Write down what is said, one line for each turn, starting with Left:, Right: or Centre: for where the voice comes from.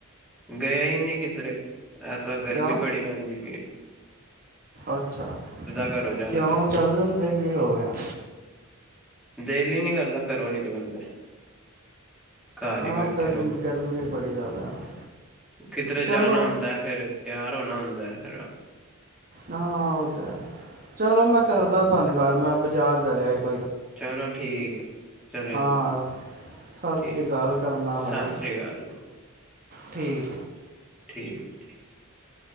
Centre: ਗਿਆ ਹੀ ਨਹੀਂ ਕਿਧਰੇ। ਐਸ ਵ ਗਰਮੀ
Right: ਕਿਉਂ
Centre: ਬੜੀ ਪੈਂਦੀ ਪਈ ਐ।
Right: ਅੱਛਾ
Centre: ਘਰੋਂ ਜਾਣ
Right: ਕਿਉ
Centre: ਤੇ
Right: ਚੱਲ ਜਾਂਦੇ ਕੀ ਹੋ ਗਿਆ।
Centre: ਦਿਲ ਹੀ ਨੀ ਕਰਦਾ ਘਰੋਂ ਨਿਕਲਣ ਦਾ। ਘਰ
Right: ਹਾਂ
Centre: ਹੀ ਬੈਠੇ
Right: ਗਰਮੀ
Centre: ਰਹੋ
Right: ਗਰਮੀ ਬੜੀ ਜ਼ਿਆਦਾ ਹੈ ਨਾ।
Centre: ਕਿਧਰੇ
Right: ਚਲੋ
Centre: ਜਾਣਾ ਹੁੰਦਾ ਫੇਰ ਤਿਆ ੋ ਨਾ ਹੁੰਦਾ ਹੈ ਫ
Right: ਹਾਂ ਉਹ ਤੇ ਚਲੋ ਮੈਂ ਕਰਦਾ ਤੁਹਾਨੂੰ ਗੱਲ ਮੈਂ ਬਾਜ਼ਾਰ ਚ ਰਿਿਆ ਇੱਕ
Centre: ਚਲੋ ਠੀਕ ਹੈ ਚਲੇ
Right: ਹਾਂ।
Centre: ਜੂਗਾ
Right: ਸਤਿ
Centre: ਠੀਕ
Right: ਸ਼੍ਰੀ ਅਕਾਲ ਕਰਨਾ
Centre: ਸਤਿ
Right: ਮੈਂ ਤੁਹਾਨੂੰ
Centre: ਸ੍ਰੀ ਅਕਾਲ
Right: ਠੀਕ
Centre: ਠੀਕ